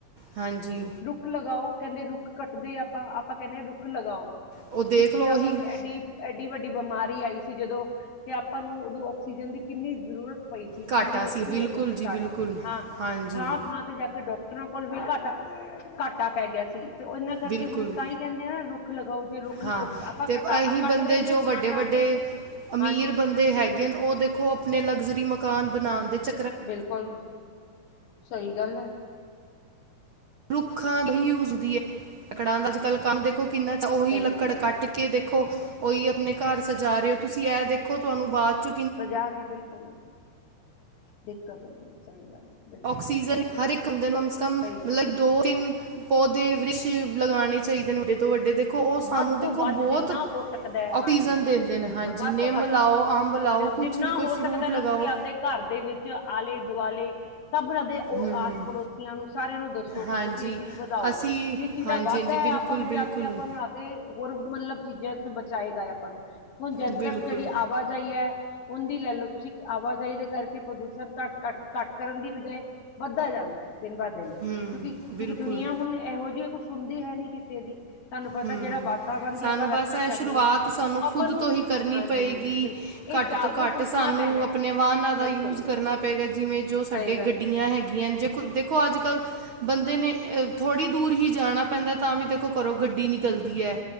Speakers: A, on the right; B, on the left.
A: ਹਾਂਜੀ
B: ਖ ਲਗਾਓ ਕਹਿੰਦੇ ਰੁੱਖ ਕੱਟਦੇ ਆਪਾਂ, ਆਪਾਂ ਕੈਨੇ ਆ ਰੁੱਖ ਲਗਾਓ
A: ਉਹ ਦੇਖ
B: ਵਿੱਚੇ
A: ਲਓ
B: ਆਪਾਂ
A: ਉਹੀ
B: ਨੂੰ ਐਡੀ ਐਡੀ ਵੱਡੀ ਬਿਮਾਰੀ ਆਈ ਸੀ ਜਦੋਂ ਤੇ ਆਪਾਂ ਨੂੰ ਉਦੋਂ ਆਕਸੀਜਨ ਦੀ ਕਿੰਨੀ ਜ਼ਰੂਰਤ ਪਈ ਸੀ ਕਿਨੇ
A: ਘਾਟਾ
B: ਔਖੇ
A: ਸੀ
B: ਹੋ
A: ਬਿਲਕੁਲ
B: ਗਏ ਸੀ
A: ਜੀ
B: ਸਾਰੇ
A: ਬਿਲਕੁਲ
B: ਹਾਂ
A: ਹਾਂਜੀ
B: ਥਾਂ-ਥਾਂ ਤੇ ਜਾ ਕੇ ਡਾਕ ਟਰਾ ਕੋਲ ਵੀ ਘਾਟਾ ਘਾਟਾ ਪੈ ਗਿਆ ਸੀ ਤੇ ਓਨਾਂ ਕਰਕੇ
A: ਬਿਲਕੁਲ
B: ਹੁਣ ਤਾਂ ਈ ਕਹਿਦੇ ਆ ਨਾ ਰੁੱਖ ਖ ਲਗਾਓ ਜੇ ਰੁੱਖ
A: ਹਾਂ
B: ਆਪਾਂ
A: ਤੇ
B: ਕਟਾ
A: ਇਹੀ
B: ਕੱਟ
A: ਬੰਦੇ
B: ਰਏ ਨੇ
A: ਜੋ ਵੱਡੇ
B: ਥਾਂ ਥਾਂ
A: ਵੱਡੇ
B: ਤੇ
A: ਅਮੀਰ
B: ਹਾਂਜੀ
A: ਬੰਦੇ ਹੈਗੇ
B: ਬਿਲਕੁਲ
A: ਓ ਦੇਖੋ ਆਪਣੇ ਲਗਜ਼ਰੀ ਮਕਾਨ ਬਣਾਣ ਦੇ ਚ
B: ਬਿਲਕੁਲ ਸਈ ਗੱਲ ਐ
A: ਰੁੱਖਾਂ ਹੀ ਯੂਸਜ਼ ਹੁੰਦੀ ਐ। ਕੜਾਂ ਦਾ ਅਜ ਕਲ ਕਮ ਦੇਖੋ ਕਿਨਾ 'ਚ ਉਹੀ
B: ਸਹੀ
A: ਲੱਕੜ
B: ਗੱਲ ਹੈ
A: ਕੱਟ ਕੇ ਦੇਖੋ ਉਈ ਆਪਣੇ ਘਰ ਸਜਾ ਰੇ ਓ ਤੁਸੀਂ ਐ ਦੇਖੋ ਤੁਹਾਨੂੰ ਬਾਅਦ ਚ
B: ਸਜਾ ਰਏ ਬਿਲਕੁਲ ਦਿੱਕਤ ਹੁੰਦੀ ਐ ਸਈ ਗੱਲ ਐ ਬ
A: ਆਕਸੀਜਨ ਹਰ ਇਕ ਬੁੰਦੇ ਨੂੰ ਕਮ ਸੇ ਕਮ
B: ਗੱਲ
A: ਮਤਲਬ
B: ਹੈ
A: ਦੋ ਤਿੰਨ ਪੌਦੇ ਵ੍ਰਸ਼ ਲਗਾਣੇ ਚਾਈਦੇ ਨੇ ਵੱਡੇ ਤੋਂ ਵੱਡੇ ਦੇ ਖੋ ਉਹ ਸਾਨੂੰ
B: ਵੱਧ
A: ਦੇਖੋ
B: ਤੋਂ ਵੱਧ
A: ਬਹੁਤ
B: ਜਿੰਨਾ
A: ਆਕਸੀਜਨ
B: ਹੋ ਸਕਦਾ ਹੈ ਹਾਂਜੀ
A: ਦਿਦੇ ਨੇ
B: ਬਿਲਕੁਲ
A: ਹਾਂਜੀ
B: ਵੱਧ
A: ਨਿਮ
B: ਤੋਂ ਵੱਧ
A: ਲਾਓ, ਅੰਬ ਲਾਓ
B: ਬਿਲ ਜਿੰਨਾ
A: ਕੁਛ ਵੀ ਕੋਈ
B: ਹੋ
A: ਫਰੂਟ
B: ਸਕਦਾ ਨਾ
A: ਲਗਾਓ
B: ਤੁਸੀਂ ਆਪਦੇ ਘਰ ਦੇ ਵਿੱਚ ਆਲੇ ਦੁਆਲੇ ਸਭ ਨਾਂ ਦੇ ਓ
A: ਹੂੰ
B: ਆਸ ਪੜੋਸੀਆਂ ਨੂੰ ਸਾਰਿਆਂ ਨੂੰ ਦੱਸੋ ਕਿ
A: ਹਾਂਜੀ
B: ਤੁਸੀ ਇਹ ਚੀਜ ਵਧਾਓ
A: ਅਸੀਂ
B: ਜੇ ਚੀਜ ਦਾ
A: ਹਾਂਜੀ
B: ਵਾਧਾ
A: ਹਾਂਜੀ
B: ਹੈ। ਆਪਾਂ
A: ਬਿਲਕੁਲ
B: ਨੂੰ
A: ਬਿਲਕੁਲ
B: ਜਾ ਕੇ, ਆਪਾਂ ਨੂੰ ਆਗੇ ਹੋਰ ਮਤਲਬ ਚੀਜਾ ਚ ਬਚਾਏਗਾ ਐ ਆਪਾਂ ਨੂੰ- ਹੁਣ ਜਨਤਕ
A: ਬਿਲਕੁਲ
B: ਜੇੜੀ ਆਵਾਜਾਈ ਐ। ਉਦੀ ਲੈ ਲਓ ਤੁਸੀਂ ਆਵਾਜਾਈ ਦੇ ਕਰਕੇ ਪ੍ਰਦੂਸ਼ਣ ਘੱਟ, ਘੱਟ, ਘੱਟ ਕਰਨ ਦੀ ਬਜਾਏ ਵੱਧਦਾ ਜਾਂਦਾ ਐ ਦਿਨ ਬਦ ਦਿਨ ਕਿਉਂਕਿ,
A: ਹੂੰ
B: ਕਿਉਂਕਿ
A: ਬਿਲਕੁਲ
B: ਦੁਨੀਆਂ ਹੁਣ ਏਹੋ ਜਿਹੀ ਕੁਛ ਹੁੰਦੀ ਹੈ ਨੀ ਕਿਸੇ ਦੀ ਤੁਹਾਨੂੰ ਪਤਾ
A: ਹੂੰ
B: ਜਿਹੜਾ ਵਾਤਾਵਰਨ ਦੀ
A: ਸਾਨੂੰ
B: ਆਪਾਂ ਰੱਖਿਆ
A: ਬਸ ਐ
B: ਕਰਨੀ
A: ਸ਼ੁਰੂਆਤ
B: ਹੈ
A: ਸਾਨੂੰ
B: ਉਹ ਆਪਾਂ
A: ਖੁਦ
B: ਨੂੰ
A: ਤੋਂ ਹੀ ਕਰਨੀ
B: ਹਾਂਜੀ
A: ਪਏਗੀ।
B: ਬਿਲਕੁਲ ਇਹ
A: ਘੱਟ
B: ਜਾਗਰੂਕ
A: ਤੋਂ ਘੱਟ
B: ਹੋਣਾ
A: ਸਾਨੂੰ
B: ਪੈਣਾ
A: ਆਪਣੇ
B: ਹੈ
A: ਵਾਹਨਾਂ ਦਾ
B: ਬਿਲਕੁਲ
A: ਯੂਜ ਕਰਨਾ ਪਏਗਾ ਜਿਵੇ ਜੋ
B: ਸਹੀ
A: ਸਾਡੇ
B: ਗੱਲ
A: ਗੱਡੀਆਂ
B: ਹੈ
A: ਹੈਗੀਆਂ ਜ ਦੇਖੋ ਅੱਜ ਕੱਲ੍ਹ ਬੰਦੇ ਨੇ ਅ ਥੋੜ੍ਹੀ ਦੂਰ ਹੀ ਜਾਣਾ ਪੈਂਦਾ ਤਾਂ ਵੀ ਦੇਖੋ ਘਰੋ ਗੱਡੀ ਨਿਕਲਦੀ ਐ।